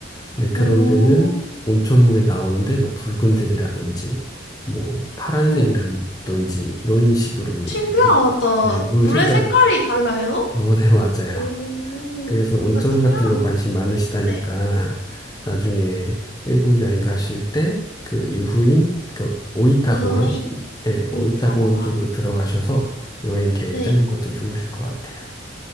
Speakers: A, on the left (about 20°); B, on the left (about 60°).
A: 네, 그런
B: 오.
A: 데는 온천물이 나오는데 뭐 붉은색이라든지 뭐 파란색이라든지
B: 오.
A: 이런 식으로
B: 신기하다.
A: 네, 무- 네, 물
B: 물의
A: 색깔이
B: 색깔이
A: <laughs>
B: 달라요?
A: 어, 네, 맞아요.
B: 오,
A: 그래서 온천
B: 다 투명한
A: 같은 거 관심
B: 거야.
A: 많으시다니까
B: 네.
A: 나중에 일본 여행 가실 때 그 유후인 그 오이타
B: 유인
A: 공항 예, 오이타
B: 오이타와.
A: 공항 쪽으로 들어가셔서 여행 계획
B: 네.
A: 짜는 것도 좋으실 것 같아요.